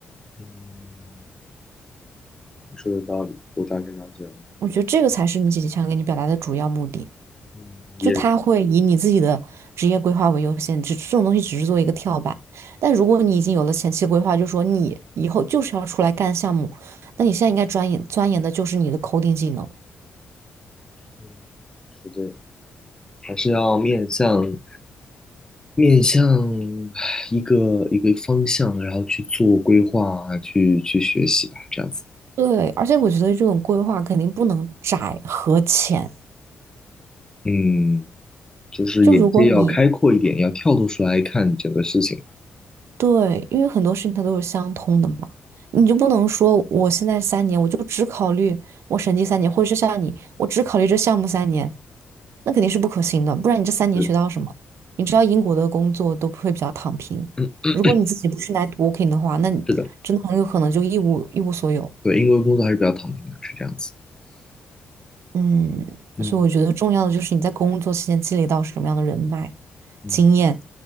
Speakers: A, on the left; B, on the right.
A: 嗯你说的道理，我大概了解了。
B: 我觉得这个才是你姐姐想给你表达的主要目的，
A: 嗯也
B: 就他会以你自己的职业规划为优先，只这种东西只是做一个跳板。但如果你已经有了前期规划，就说你以后就是要出来干项目，那你现在应该钻研钻研的就是你的 coding 技能。
A: 嗯，是对，还是要面向面向一个一个方向，然后去做规划啊，去去学习吧，这样子。
B: 对，而且我觉得这种规划肯定不能窄和浅。
A: 嗯，就是眼界要开阔一点，
B: 就如果你
A: 要跳脱出来看整个事情。
B: 对，因为很多事情它都是相通的嘛，你就不能说我现在三年我就只考虑我审计三年，或者是像你，我只考虑这项目三年，那肯定是不可行的。不然你这三年学到什么？
A: 是，
B: 你知道英国的工作都会比较躺平，
A: 的，<clears throat>
B: 如果你自己不是来 e t w o r k i n g 的话，那你真的很有可能就一无一无所有。
A: 是的，对，英国工作还是比较躺平的，是这样子。
B: 嗯，
A: 嗯。
B: 所以我觉得重要的就是你在工作期间积累到什么样的人脉、
A: 嗯
B: 经验。